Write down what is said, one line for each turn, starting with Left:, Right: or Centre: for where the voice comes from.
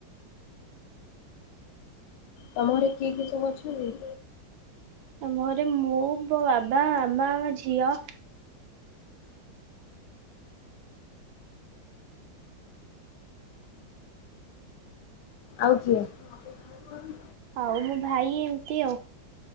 Left: ତମ ଘରେ କିଏ କିଏ ସବୁ ଅଛନ୍ତି?
Right: ଆମ ଘରେ ମୁଁ ମୋ ବାବା, ମାମା, ଆମ ଝିଅ।
Left: ଆଉ କିଏ? <inaudible>
Right: ଆଉ ମୋ ଭାଇ ଏମିତି ଆଉ।